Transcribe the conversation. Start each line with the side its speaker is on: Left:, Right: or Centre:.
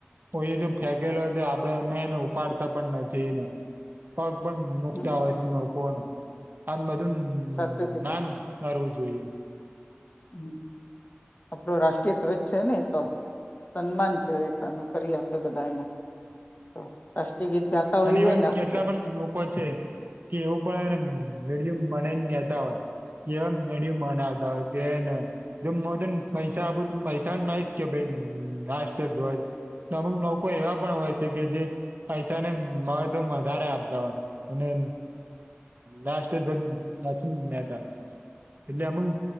Right: કોઈ એ જો ફેકેલો હોય તો આપડે એમને એને ઉપાડતા પણ નથી એને પગ પણ મુકતા
Left: હમ
Right: હોય છે નકોને આમ બધું
Left: સાચું કીધું
Right: ના કરવું જોઈએ.
Left: હ આપડો રાષ્ટ્રીય ધ્વજ છે ને એતો? સન્માન છે એ રી તનું કરી આપે બધાને તો રાષ્ટી ગીત ગાતા હોઈએ
Right: અને એવા
Left: ને આપડે
Right: કેટલા પણ લોકો છે. કે એવું પણને મીડિયમ મને કેતા હોય કેમ નડી મનાવતા હોય કેને જો મોદન પૈસા આપુ તો પૈસા નહી કે ભાઈ રાષ્ટ્રધ્વજ અમુક લોકો એવા પણ હોય છે કે જે પૈસા ને મહત્વ વધારે આપતા હોય અને રાષ્ટ્ર ધ્વજ નથી લેતા. એટલે અમુક